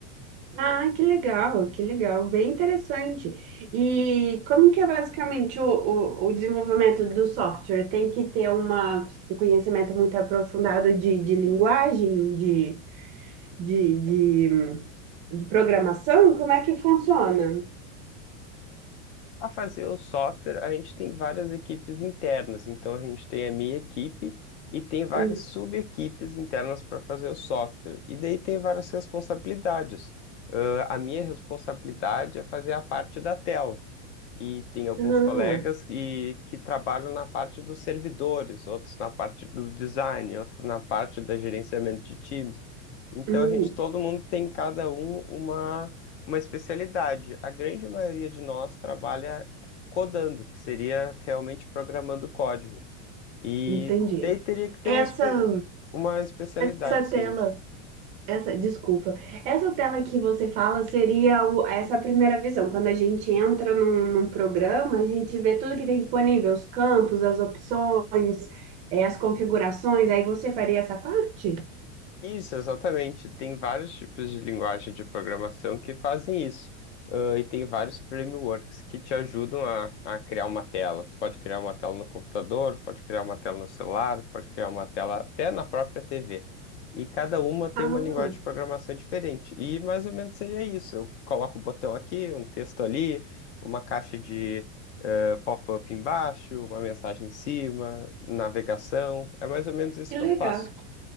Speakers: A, on the right (about 20°); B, on the left (about 60°).
A: Ah, que legal, que legal, bem interessante. E como que é basicamente o, o, o desenvolvimento do software? Tem que ter uma, um conhecimento muito aprofundado de, de linguagem, de, de, de, de programação? Como é que funciona?
B: para fazer o software, a gente tem várias equipes internas. Então, a gente tem a minha equipe e tem várias
A: Hum.
B: sub-equipes internas para fazer o software. E daí tem várias responsabilidades. Ah, a minha responsabilidade é fazer a parte da tela. E tem alguns
A: Ah,
B: colegas que, que trabalham na parte dos servidores, outros na parte do design, outros na parte da gerenciamento de times. Então
A: hum,
B: a gente, todo mundo tem cada um uma, uma especialidade. A grande maioria de nós trabalha codando, que seria realmente programando código. E
A: entendi.
B: daí teria que ter
A: Essa.
B: um espe- uma especialidade,
A: Essa tela,
B: sim.
A: essa, desculpa, essa tela que você fala seria o- essa primeira visão. Quando a gente entra num, num programa, a gente vê tudo que tem disponível, os campos, as opções, eh, as configurações. Aí você faria essa parte?
B: Isso, exatamente. Tem vários tipos de linguagem de programação que fazem isso. Ah, e tem vários frameworks que te ajudam a, a criar uma tela. Tu pode criar uma tela no computador, pode criar uma tela no celular, pode criar uma tela até na própria TV. E cada uma tem
A: Ah,
B: uma linguagem de programação diferente. E mais ou menos seria isso. Eu coloco um botão aqui, um texto ali, uma caixa de eh, pop-up embaixo, uma mensagem em cima, navegação. É mais ou menos isso
A: que
B: que
A: legal.
B: eu faço.